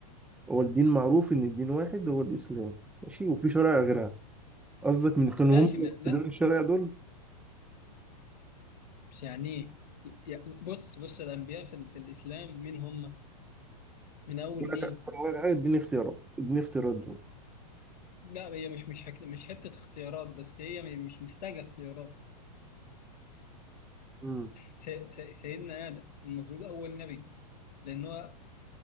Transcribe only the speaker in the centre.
هو الدين معروف ان الدين واحد هو الاسلام ماشي وفي شرائع غيرها قصدك من كانوا
هم
دين الشرائع دول
يقول
لك أقول لك حاجه اديني اختيارات اديني اختيارات دول
امم